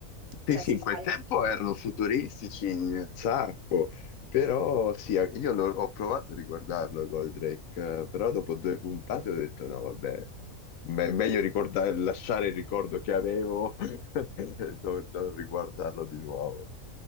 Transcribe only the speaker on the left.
Sì,
sì,
in
quel
tempo erano futuristici un sacco, però sì, io l'ho- ho provato a riguardarlo Goldrake, eh, però dopo due puntate ho detto no, vabbè, me- meglio ricorda- lasciare il ricordo che avevo, <laughs> e non, non riguardarlo di nuovo.